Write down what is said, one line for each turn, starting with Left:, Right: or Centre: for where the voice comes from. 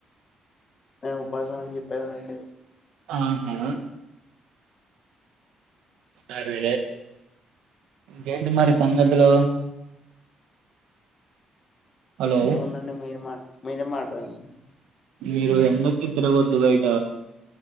Left: నేన్ ఉపసం అని జెపగదండి
Right: ఆహు సరే ఇంగేంటి మరి సంగతులు హలో
Left: ఏముందండి మీరు మాట్ మీరే మాట్లాడండి
Right: మీరు ఎన్నకి తిరగద్దు బయట